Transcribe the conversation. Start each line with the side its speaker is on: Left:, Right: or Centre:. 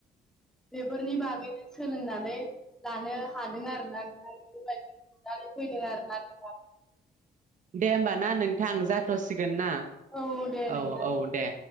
Centre: बेफोरनि बाग सोलोंनानै लानो हादों आरोना फैदों आरो
Right: दे होमबा ना नोंथां जाथ'सिगोन ना?
Centre: औ दे नोंथां।
Right: औ औ दे